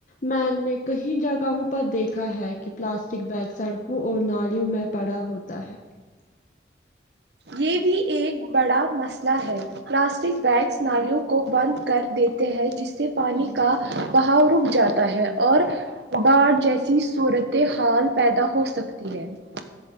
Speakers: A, on the left; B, on the right.
A: میں نے کئی جگہوں پر دیکھا ہے کہ پلاسٹک بیگ سڑکوں اور نالیوں میں پڑا ہوتا ہے <unintelligible>
B: یہ بھی ایک بڑا مسئلہ ہے پلاسٹک بیگس نالیوں کو بند کر دیتے ہیں جس سے پانی کا بہاؤ رک جاتا ہے اور باڑ جیسی صورت حال پیدا ہو سکتی ہے <unintelligible>